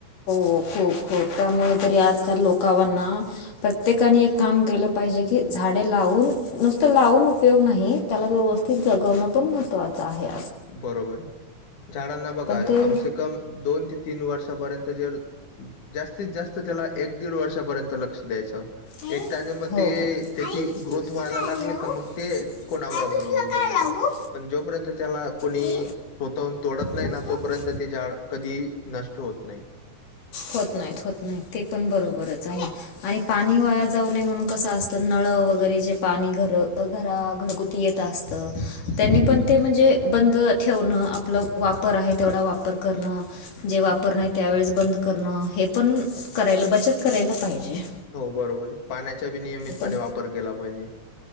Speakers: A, on the left; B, on the left.
A: हो खूप खूप त्यामुळे तरी आजकाल लोकवरना. प्रत्येकाने एक काम केलं पाहिजे की झाडे लावून नुसतं लावून उपयोग नाही त्याला व्यवस्थित जगवणं पण महत्त्वाचं. चहे.
B: बरोबर आहे झाडांना बघा
A: ते
B: कमसे कम दोन ते तीन वर्षापर्यंत जर जास्तीत जास्त त्याला एक दीड वर्षापर्यंत लक्ष द्यायचं.
A: आई
B: एकदा ज म
A: हो
B: ते त्याची
A: आई
B: ग्रोथ
A: दुसरं
B: व्हायला
A: काय
B: लागली
A: आहे, राहू
B: का मग ते कोणावर
A: हा दुसरं
B: अमलुबूनात
A: काय लावू
B: पण जोपर्यंत त्याला कोणी
A: हे
B: स्वतःहून तोडत नाही
A: दुसरं
B: ना तोपर्यंत ते जाड कधी नष्ट होत नाही.
A: होत नाहीत होत नाही ते पण बरोबरच आहे. आणि पाणी वाया जाऊ नये म्हणून कसं असतं नळं वगैरे जे पाणी घर घरा घरगुती येत असतं त्यांनी पण ते म्हणजे बंद ठेवणं आपलं वापर आहे तेवढा वापर करण जे वापर नाही त्यावेेळेस बंद करणं हे पण करायला बचत करायला पाहिजे.
B: हो बरोबर पाण्याचा बी नियमितपणे
A: पण
B: वापर केला पाहिजे.